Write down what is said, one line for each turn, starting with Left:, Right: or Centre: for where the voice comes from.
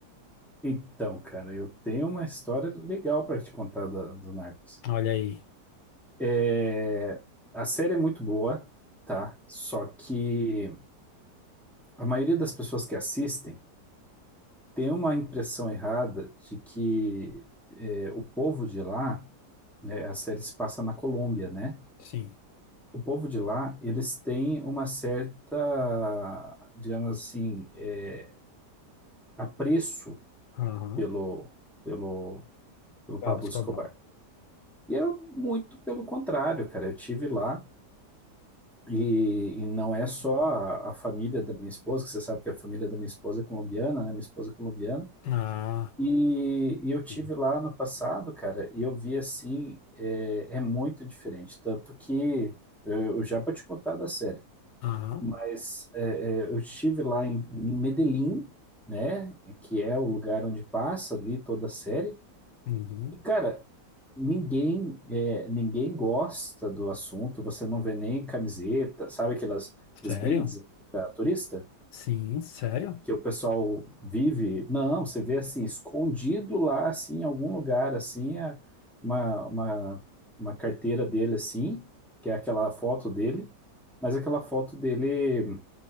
Centre: Então, cara, eu tenho uma história legal para te contar do, do Narcos.
Left: Olha aí.
Centre: É, a série é muito boa, tá? Só que a maioria das pessoas que assistem tem uma impressão errada de que é, o povo de lá, né, a série se passa na Colômbia, né?
Left: Sim.
Centre: O povo de lá, eles têm uma certa, digamos assim, é, apreço
Left: Aham.
Centre: pelo, pelo, pelo
Left: Pablo
Centre: Pablo
Left: Escobar.
Centre: Escobar. E eu, muito pelo contrário, cara, eu tive lá e, e não é só a, a família da minha esposa, que você sabe que a família da minha esposa é colombiana, né? Minha esposa é colombiana.
Left: Ah,
Centre: E, e eu tive
Left: sim.
Centre: lá no passado, cara, e eu vi assim, é, é muito diferente. Tanto que eu, eu já vou te contar da série,
Left: Aham.
Centre: mas é, é, eu estive lá em, em Medellín, né? Que é o lugar onde passa ali toda a série.
Left: Uhum.
Centre: E, cara, ninguém é, ninguém gosta do assunto, você não vê nem camiseta, sabe aquelas, aqueles
Left: Sério?
Centre: brindes para turista
Left: Sim, sério?
Centre: que o pessoal vive? Não, você vê assim, escondido lá, assim, em algum lugar, assim, a- uma, uma, uma carteira dele, assim, que é aquela foto dele, mas aquela foto dele